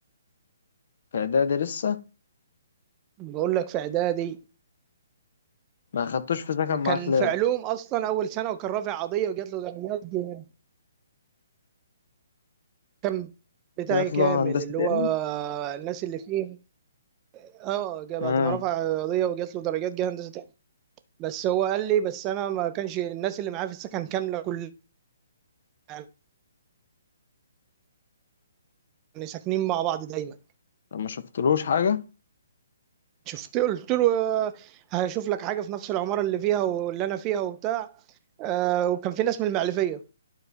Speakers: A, on the left; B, on the right.
A: في إعدادي لسه
B: بقول لك في اعدادي
A: ما خدتوش في سكن معاك
B: كان
A: ليه
B: في علوم اصلا اول سنه وكان رافع قضيه وجات له درجات جامد. كان بتاعي
A: جات
B: كامل
A: له هندسة
B: اللي
A: هنا
B: هو الناس اللي فيه اه جا-
A: امم
B: بعد ما رفع قضيه وجات له درجات جه هندسه تاني بس هو قال لي بس انا ما كانش الناس اللي معايا في السكن كامله كل يعني ساكنين مع بعض دايما
A: ما شفتلوش حاجة
B: شفت قلت له آه، هشوف لك حاجه في نفس العماره اللي فيها واللي انا فيها وبتاع آه، وكان في ناس من المعلفيه